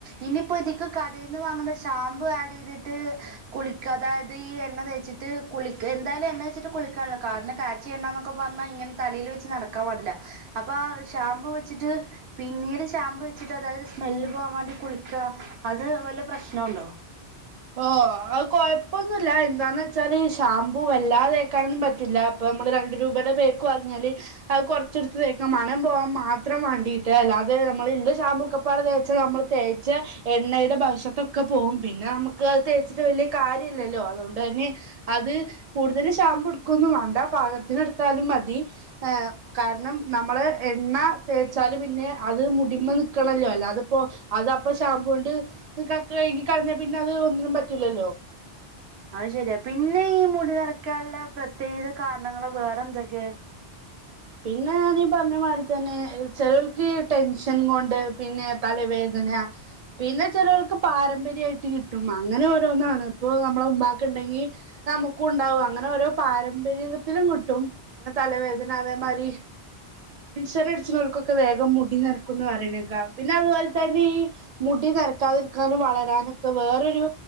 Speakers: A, on the right (about 70°); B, on the right (about 45°).
A: ഇനിയിപ്പോ ഇതിക്ക് കടേന്ന് വാങ്ങ്ണ ഷാമ്പൂ ആഡ് ചെയ്തിട്ട് കുളിക്ക അതായത് ഈ എണ്ണ തേച്ചിട്ട് കുളിക് എന്തായാലും എണ്ണ തേച്ചിട്ട് കുളിക്കാനല്ലോ കാര്ണം കാ ച്ചയണ്ടന്നൊക്കെ പറ്ന്ന ഇങ്ങനെ തലേല് വെച്ച് നടക്കാൻ പാടില്ല. അപ്പൊ ഷാമ്പൂ വെച്ചിട്ട് പിന്നീട് ഷാമ്പ് വെച്ചിട്ട് അതായത് സ്മെല്ല് പോകാൻ വേണ്ടി കുളിക്ക അത് വല്ല പ്രശ്ന ഉണ്ടോ
B: ഓഹ് അത് കൊഴപ്പൊന്നുല്ല എന്താന്ന് വെച്ചാല് ഈ ഷാമ്പൂ വല്ലാതേക്കാനൊന്നും പറ്റൂല അപ്പ മ്മള് രണ്ട് രൂപയുടെ പേക്ക് വാങ്ങ്യായാല് അത് കൊറച്ചെടുത്ത് തേക്കും മണം പോവാൻ മാത് ത്രം വാണ്ടീട്ട് അല്ലാത് നമ്മള് ഇല്ല ഷാമ്പൂ ഒക്കപ്പാടെ തേച്ച നമ്മള് തേച്ച എണ്ണയുടെ ഭവിശ്യത്തൊക്കെ പോവും പിന്നെ നമുക്ക് തേച്ചിട്ട് വല്യ കാര്യല്ലല്ലോ അതോണ്ടെ ന്നെ അത് കൂടുതല് ഷാമ്പ് ഇടുക്കൊന്നും വേണ്ട പാകത്തിന് ഇടുത്താലും മതി ഏഹ്. കാരണം നമ്മള് എണ്ണ തേച്ചാല് പിന്നെ അത് മുടിമെ നിക്കണല്ലോ അല്ലാതെ ഇപ്പോ. അത് അപ്പൊ ഷാമ്പൂ കൊണ്ട് കഴികി കളഞ്ഞാ പിന്നെ അത് ഒന്നിനും പറ്റൂലല്ലോ
A: അത് ശെരിയാ പിന്നെ ഈ മുടി നറയ്ക്കാനുള്ള പ്രത്യേക കാരണങ്ങള് വേറെ എന്തൊക്കെ
B: പിന്നെ ഞാനീ പറഞ്ഞ മായിരി തന്നെ ചെലൊൽക്ക് ടെൻഷൻ കൊണ്ട് പിന്നെ തലവേദന പിന്നെ ചെലോൾക്ക് പാരമ്പര്യ ആയിട്ട് കിട്ടും. അങ്ങനെ ഓരോന്നാണ് ഇപ്പൊ നമ്മളെ ഉമ്മാക്ക് ഇണ്ടെങ്കി നമുക്കു ഉണ്ടാവും. അങ്ങനെ ഓരോ പാരമ്പര്യത്തിലും കിട്ടും തലവേദന അതേ മാരി ടെൻഷൻ അടിച്ച് ണോൽക്കൊക്കെ വേഗം മുടി നെരക്കുംന്ന് പറയണേക്കാ പിന്നെ അതുപോലെ തന്നെ ഈ മുടി നെരക്കാതിരിക്കാനും വളരാനൊക്കെ വേറൊരു